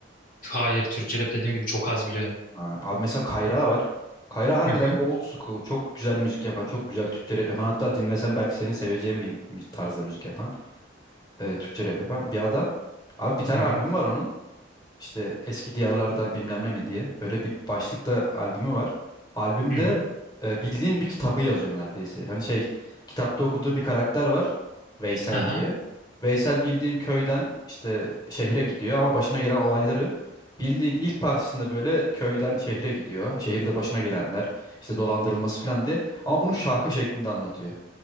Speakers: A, on the left (about 45°); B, on the left (about 20°).
A: Hayır Türkçe rap dediğim gibi çok az biliyorum.
B: Ha, abi mesela Kayra var. Kayra harbiden
A: Hı hı.
B: old school. Çok güzel müzik yapan, çok güzel Türkçe rap yapan. Hatta dinlesen belki senin seveceğin bir mü- tarzda müzik yapan. e, Türkçe rap yapan bir adam. Abi bir tane
A: Hı hı.
B: albüm var onun. İşte eski diyarlardan bilmem ne mi diye. Öyle bir başlıkta albümü var. Albümde
A: Hı hı.
B: e, bildiğin bir kitabı yazıyor neredeyse. Hani şey kitapta okuduğu bir karakter var. Veysel
A: Aha.
B: diye. Veysel bildiğin köyden işte şehre gidiyor ama başına gelen olayları bildiğin ilk parçasında böyle köyden şehre gidiyor. Şehirde başına gelenler işte dolandırılması falan diye. Ama bunu şarkı şeklinde anlatıyor.